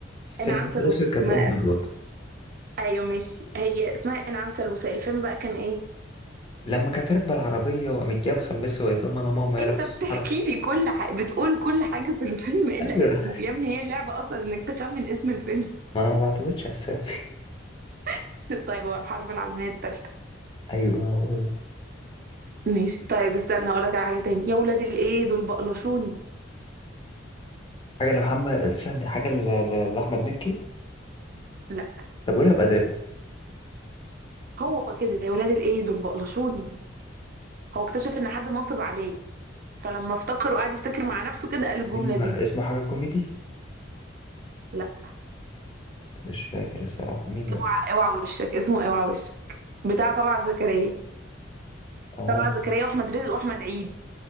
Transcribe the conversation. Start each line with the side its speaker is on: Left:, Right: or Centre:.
Left: في
Right: انعام
Left: فيلم عسل
Right: سالوسة
Left: اسود كانت
Right: اسمها
Left: ام ادوار
Right: ايوه ماشي هي اسمها انعام سالوسة الفيلم بقى كان ايه
Left: لما كانت راكبه العربيه وقامت جايه مخمسه وقالت لهم انا ماما
Right: انت
Left: يلا في الصحراء
Right: بتحكي لي كل حاجه بتقول كل حاجه في الفيلم الا
Left: ايوه
Right: اسمه يا ابني هي اللعبه اصلا انك تخمن اسم الفيلم
Left: ما انا ما بعتمدش على السامي
Right: <laughs> طيب هو الحرب العالميه الثالثه
Left: <laughs> ايوه هو ده
Right: ماشي طيب استنى هقولك على حاجة تاني يا ولاد الايه دول بقلشوني
Left: حاجه لمحمد استني حاجه ل- ل- لاحمد مكي
Right: لا
Left: طب قولها بادائه
Right: هو كده يا ولاد الايه دول بقلشوني هو اكتشف ان حد ناصب عليه فلما افتكر وقعد يفتكر مع نفسه كده قال الجملة
Left: فيلم
Right: دي
Left: اسمه حاجه كوميدي
Right: لا
Left: مش فاكر الصراحه مين ده
Right: اوعى اوعى وشك اسمه اوعى وشك بتاع طلعت زكريا
Left: اه
Right: طلعت زكريا واحمد رزق واحمد عيد